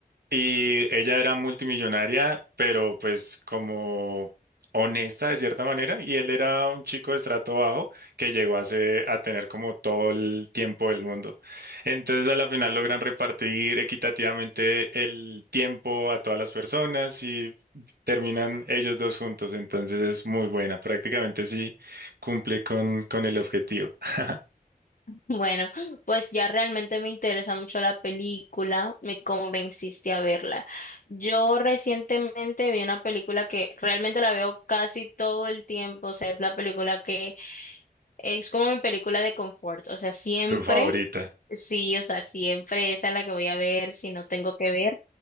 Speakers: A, on the right (about 85°); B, on the left (about 60°).
A: Y ella era multimillonaria, pero pues como honesta de cierta manera, y él era un chico de estrato bajo que llegó a, se- a tener como todo el tiempo del mundo. Entonces a la final logran repartir equitativamente el tiempo a todas las personas y terminan ellos dos juntos. Entonces es muy buena, prácticamente sí cumple con, con el objetivo. <laughs>
B: Bueno, pues ya realmente me interesa mucho la película, me convenciste a verla. Yo recientemente vi una película que realmente la veo casi todo el tiempo, o sea, es la película que es como mi película de confort, o sea, siempre,
A: Tu favorita.
B: sí, o sea, siempre esa es la que voy a ver si no tengo que ver.